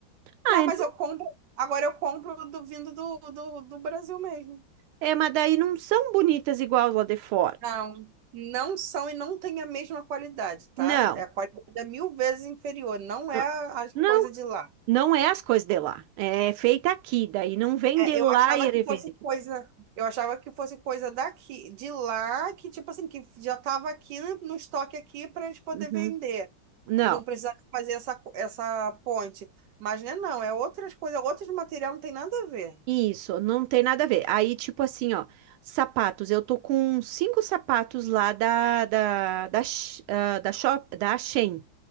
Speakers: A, on the right (about 85°); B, on the right (about 70°).
A: Ah,
B: Não,
A: é,
B: mas eu compro. Agora eu compro do vindo do, do, do Brasil mesmo.
A: é, mas daí não são bonitas igual lá de fora.
B: Não, não são e não têm a mesma qualidade, tá?
A: Não.
B: É a qualidade é mil vezes inferior, não
A: Ah,
B: é a, a
A: Não.
B: coisa de lá.
A: Não é as coisas de lá, é feita aqui, daí não vem
B: É,
A: de lá
B: eu achava
A: e ele
B: que fosse
A: vende aqui.
B: coisa, eu achava que fosse coisa daqui, de lá, que tipo assim, que já estava aqui no estoque aqui para eles poder
A: Uhum.
B: vender
A: Não,
B: e não precisar fazer essa, co- essa ponte. Mas né, não, é outras coisas, outros material não tem nada a ver.
A: isso, não tem nada a ver. Aí, tipo assim, ó, sapatos, eu tô com cinco sapatos lá da, da, da, Sh- ah, da, shop, da Shein,